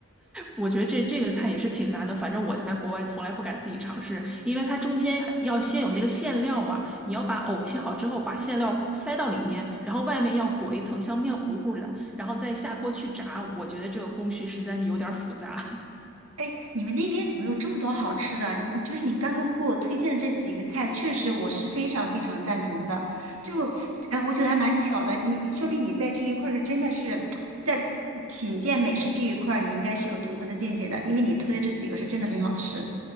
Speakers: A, in the centre; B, on the right.
A: 我觉得这这个菜也是挺难的，反正我在国外从来不敢自己尝试，因为它中间还要先有那个馅料嘛，你要把藕切好之后，把馅料塞到里面，然后外面要裹一层像面糊糊的，然后再下锅去炸。我觉得这个工序实在是有点儿复杂。<laughs>
B: 哎，你们那边怎么有这么多好吃的？你就是你刚刚给我推荐的这几个菜，确实我是非常非常赞同的。就，哎，我觉得还蛮巧的。你说明你在这一块儿是真的是在品鉴美食这一块儿，你应该是有独特的见解的，因为你推的这几个是真的很好吃。